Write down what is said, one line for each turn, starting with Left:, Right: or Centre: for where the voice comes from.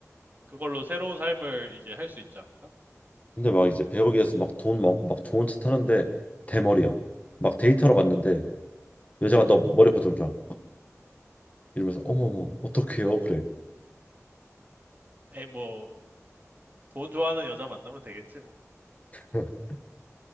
Right: 그걸로 새로운 삶을 이제 할 수 있지 않을까?
Left: 근데 막 이제 100억이어서 막 돈 많고 막 좋은 차 타는데 대머리야. 막 데이트하러 갔는데 여자가 너 머리 보자보자 이러면서 어머머 어떡해요? 그래.
Right: 에이, 뭐, 돈 좋아하는 여자 만나면 되겠지, 뭐.
Left: <laughs>